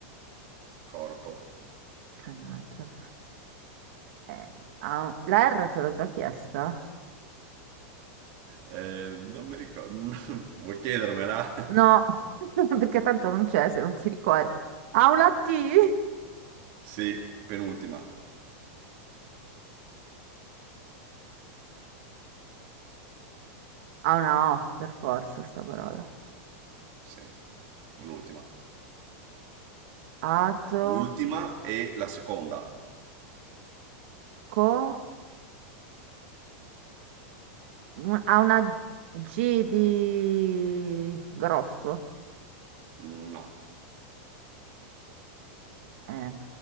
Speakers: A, on the right (about 45°); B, on the right (about 65°).
A: corpo.
B: Cannaggia. Eh, ha un- la R te l'ho già chiesta?
A: Eh, non mi ricordo. <laughs> Vuoi chiedermela?
B: No, <laughs> perché tanto non c'è se non ti ricordi. Ha una T? Eh,
A: Sì, penultima.
B: ha una O, per forza, sta parola.
A: Sì, l'ultima.
B: Ato,
A: L'ultima e la seconda?
B: co, un- ha una G di grosso.
A: No.
B: Eh,